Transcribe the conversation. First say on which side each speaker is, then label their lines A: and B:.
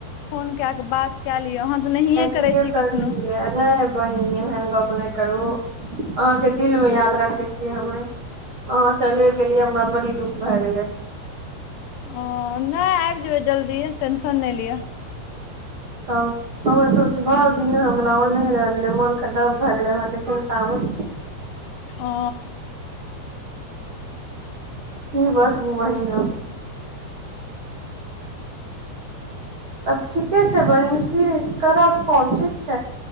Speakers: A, on the left; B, on the right.
A: फोन कए क बात कय लिय अह तऽ नहि
B: ठीके
A: करै छी
B: करलियै
A: कखनो
B: नहि बहिन एहन गप नहि करू अहाँके दिलमे याद रखै छियै हमे अहाँ चले गेलियै हमरा बड़ी दुख भए गेलै
A: ह न आबि जेयबै जल्दी टेंशन नहि लिअ
B: तब हमे सोच भरि दिन हमरा ओन्ह रहि गेलै मोन ख दब भए गेलै अहाँके चिन्तामे
A: ओ
B: फी बात म वहि नाम तब ठीके छै बहिन फिर करब फोन ठीक छै